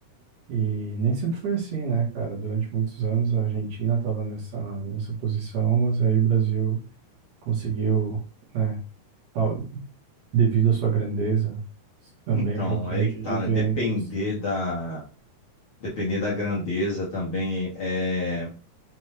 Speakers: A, on the right (about 60°); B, on the left (about 55°).
A: E nem sempre foi assim, né, cara? Durante muitos anos a Argentina estava nessa, nessa posição, mas aí o Brasil conseguiu, né, tal- devido à sua grandeza, também
B: Então,
A: propriamente
B: é aí que tá,
A: dito,
B: né? Depender
A: e a endurece.
B: da depender da grandeza também é,